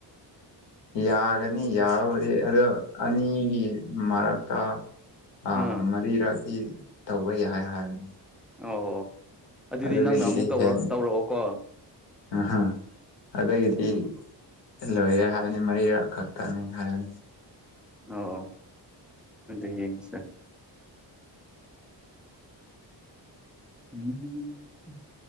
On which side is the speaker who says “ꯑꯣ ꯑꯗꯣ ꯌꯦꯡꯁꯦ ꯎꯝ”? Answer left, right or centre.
Centre